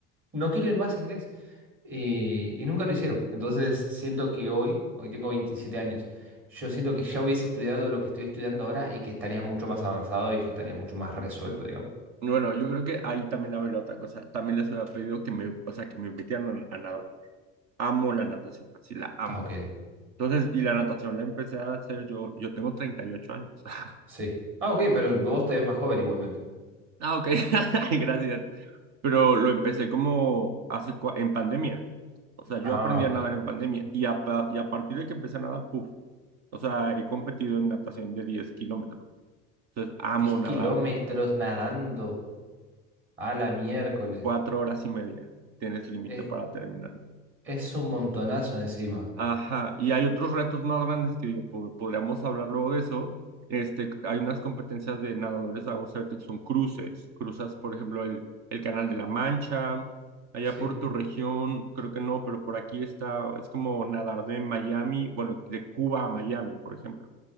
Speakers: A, on the right; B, on the right.
A: no quiero ir más a inglés. Y, y nunca lo hicieron. Entonces, siento que hoy, hoy tengo 27 años, yo siento que ya hubiese estudiado lo que estoy estudiando ahora y que estaría mucho más avanzado y ya estaría mucho más resuelto, digamos.
B: Bueno, yo creo que ahí también habría otra cosa. También les hubiera pedido que me, o sea, que me metieran a, a nadar. Amo la natación, así la amo.
A: Ah, ok.
B: Entonces, y la natación la empecé a hacer yo, yo tengo 38 años. <laughs>
A: Sí. Ah, ok, pero vos te ves más joven igualmente.
B: Ah, ok, <laughs> ay, gracias. Pero lo empecé como hace, cua- en pandemia. O sea,
A: Ah,
B: yo aprendí a
A: ok.
B: nadar en pandemia y a, pa- y a partir de que empecé a nadar, puf, o sea, he competido en natación de 10 kilómetros. Entonces, amo
A: Diez kilómetros
B: nadar.
A: nadando a la miércoles.
B: Cuatro horas y media. Tienes límite
A: Es,
B: para terminarlo.
A: es un montonazo encima.
B: Ajá. Y hay otros retos más grandes que digo, po- podríamos hablar luego de eso. Este, hay unas competencias de nadadores de aguas abiertas que son cruces. Cruzas, por ejemplo, el, el Canal de la Mancha. Allá
A: Sí.
B: por tu región, creo que no, pero por aquí está, es como nadar de Miami, bueno, de Cuba a Miami, por ejemplo.